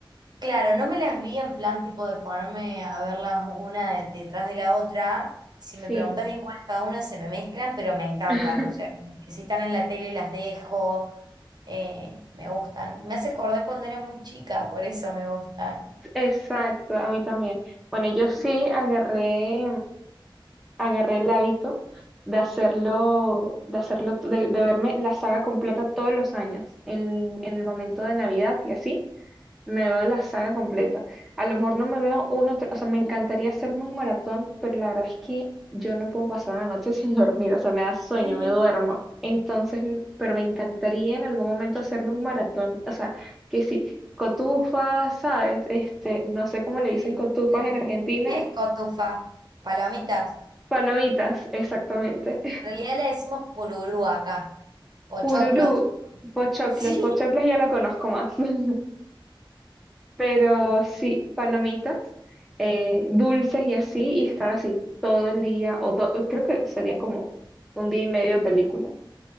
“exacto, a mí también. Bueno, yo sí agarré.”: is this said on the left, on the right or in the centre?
Centre